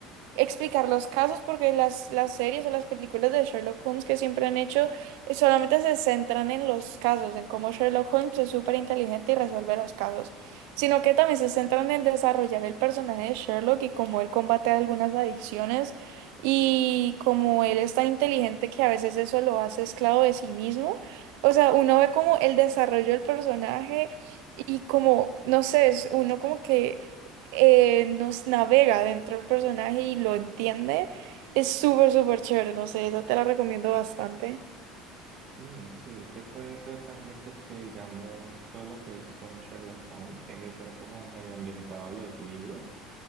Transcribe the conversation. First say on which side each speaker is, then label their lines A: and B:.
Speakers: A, on the right (about 75°); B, on the right (about 45°).
A: explicar los casos porque las, las series o las películas de Sherlock Holmes que siempre han hecho eh, solamente se centran en los casos, en cómo Sherlock Holmes es súper inteligente y resuelve los casos, sino que también se centran en desarrollar el personaje de Sherlock y cómo él combate algunas adicciones y cómo él es tan inteligente que a veces eso lo hace esclavo de sí mismo. O sea, uno ve como el desarrollo del personaje y como, no sé, es uno como que eh, nos navega dentro del personaje y lo entiende, es súper, súper chévere. No sé, esa te la recomiendo bastante.
B: Mm, sí, es que puede ser también porque, digamos, todo lo que es con Sherlock Holmes tiende a ser como medio ambientado a los libros.